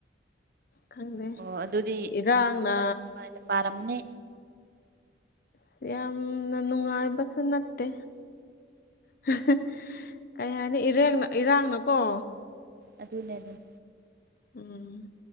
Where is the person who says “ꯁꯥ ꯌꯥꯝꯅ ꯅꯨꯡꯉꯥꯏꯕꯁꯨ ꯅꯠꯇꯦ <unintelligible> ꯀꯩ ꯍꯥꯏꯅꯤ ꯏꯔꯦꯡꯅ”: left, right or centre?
Left